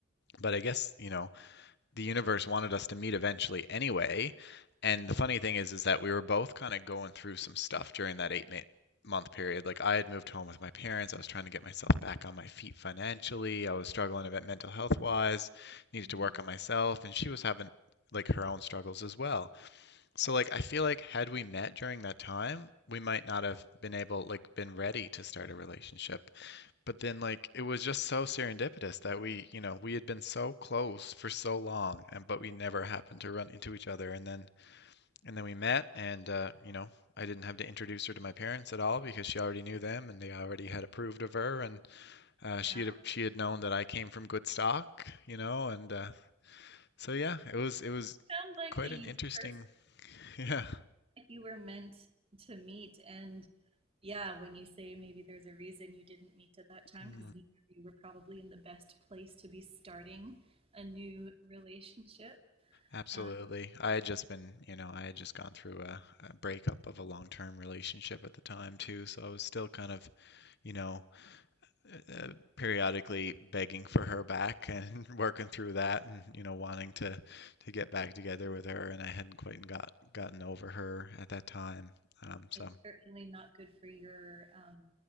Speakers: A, on the left; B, on the right.
A: but I guess you know the universe wanted us to meet eventually anyway. And the funny thing is, is that we were both kind of going through some stuff during that eight ma- month period. Like I had moved home with my parents. I was trying to get myself back on my feet financially. I was struggling a bit mental health wise, needed
B: Mhm.
A: to work on myself, and she was having like her own struggles as well. So like I feel like had we met during that time, we might not have been able like been ready to start a relationship but then like it was just so serendipitous that we, you know, we had been so close for so long and but we never happened to run into each other and then and then we met and uh, you know, I didn't have to introduce her to my parents at all because she already knew them and they already had approved of her and uh,
B: Wow.
A: she had she had known that I came from good stock, you know, and uh, so yeah, it was it was
B: Sounds like
A: quite
B: the universe,
A: an interesting <laughs> yeah.
B: like you were meant to meet. And yeah, when you say maybe there's a reason you didn't meet at that time,
A: Mm.
B: because neither of you were probably in the best place to be starting a new relationship.
A: Absolutely.
B: Um,
A: I had just been, you know, I had just gone through a, a breakup of a long-term relationship at the time too, so I was still kind of, you know, uh, uh, periodically begging for her back and <laughs> working through that and, you know, wanting to to get back together with her and I hadn't quite got gotten over her at that time. Um, so
B: it's certainly not good for your um,